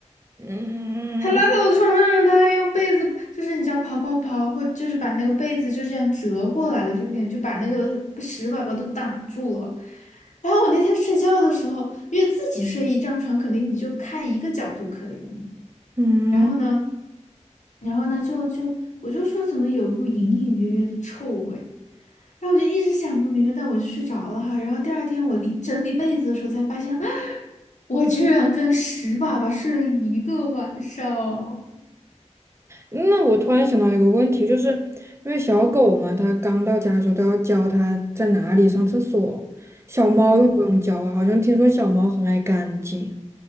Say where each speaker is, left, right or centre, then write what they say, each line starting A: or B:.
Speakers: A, on the right; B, on the left.
A: 嗯
B: 他拉在我的床上，让他还用被子，就是你知道刨刨刨，或就是把那个被子就这样折过来了，就有点就把那个屎粑粑都挡住了。然后我那天睡觉的时候，因为自己睡一张床，肯定你就开一个角就可以了嘛。
A: 嗯，
B: 然后呢，然后呢，就就我就说怎么有一股隐隐约约的臭味，然后我就一直想不明白，但我就睡着了哈。然后第二天我理整理被子的时候才发现，<gasps> 我居然跟屎粑粑睡了一个晚上哦。
A: 那我突然想到一个问题，就是因为小狗嘛，它刚到家的时候都要教它在哪里上厕所，小猫用不用教啊？
B: 嗯。
A: 好像听说小猫很爱干净。